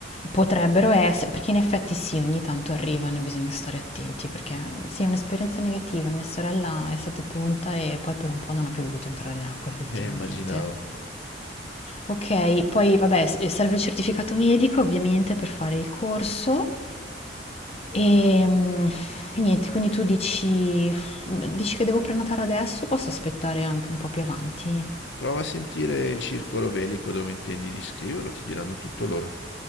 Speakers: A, on the left; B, on the left.
A: potrebbero esse perché in effetti sì, ogni tanto arrivano e bisogna stare attenti perché, mhmm, sì, è un'esperienza negativa. Mia sorella è stata punta e poi per un po' non ha più voluto entrare in acqua effettivamente.
B: Eh, immaginavo.
A: Okay, poi vabbè s serve il certificato medico ovviamente per fare il corso, ehm, e niente, quindi tu dici mm, dici che devo prenotare adesso o posso aspettare anche un po' più avanti?
B: Prova a sentire il circolo velico dove intendi di scriverlo, ti diranno tutto loro.